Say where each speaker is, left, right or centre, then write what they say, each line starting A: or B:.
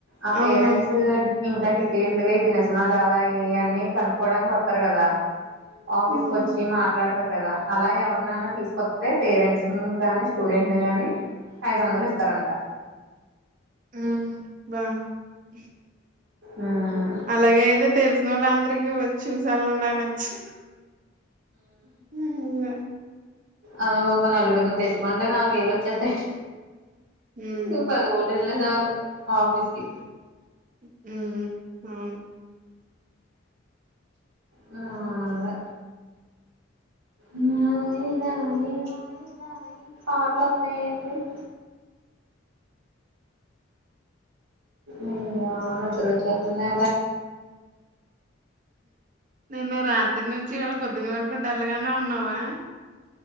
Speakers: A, on the right; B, on the right.
A: ఆ పేరెంట్స్
B: అవును
A: హోడ్ ఇంకా డీటెయిల్డ్ గా, ఇది నిజమా కాదా ఇయ్ అని కనుక్కోవడానికి వత్తారు కదా. ఆఫీస్క్
B: ఆ!
A: వచ్చి మాట్లాడతారు కదా, అలా ఎవరినైనా తీసుకొతే పేరెంట్స్ నువ్ గాని, స్టూడెంట్ని గాని, ఐదు వందలు ఇంతరంట.
B: హు బాను హుహ్
A: ఉమ్
B: అలాగైతే తెలిసినోళ్లు అందరికిీ వ చూస్ ఏళ్ళండ్ అనొచ్చు. ఇంగా
A: ఆ ఒక నలుగురిని తెచ్చుకుంటే నాలుగు వేలు వచ్చేతాయ్.
B: హ్మ్.
A: ఇంగ్ పది రోల్ ఏళ్లగాలు ఆఫీస్కి
B: ఉహూహ్ అవును
A: నాదే మూలాయి లాయి లాయి లాయి లాయి పెట్లోతునాయేంటి. <inaudible> అయ్యా నిద్రవచిస్తుంది
B: నేను రాత్రి నుంచి మళ్ళ పొద్దున్న వరకు ండ డల్ గా వినవా